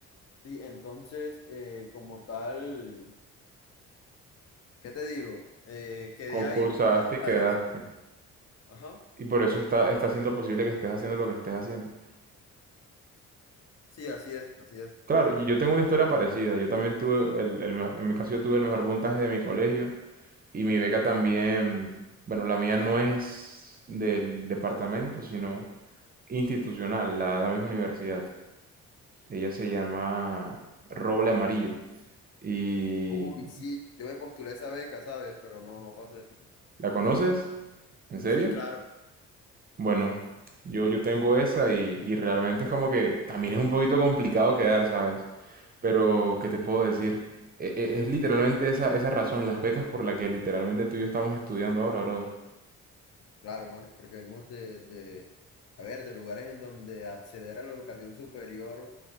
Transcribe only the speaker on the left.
Sí, entonces eh, como tal, ¿qué te digo? Eh, quedé
ahí gracias
a eso. Ajá.
Sí, así es, así es.
Uy, sí, yo me postulé esa beca, ¿sabes? Pero no, no pasé.
Sí, claro.
Claro, hermano, porque venimos de, de, a ver, de lugares en donde acceder a la educación superior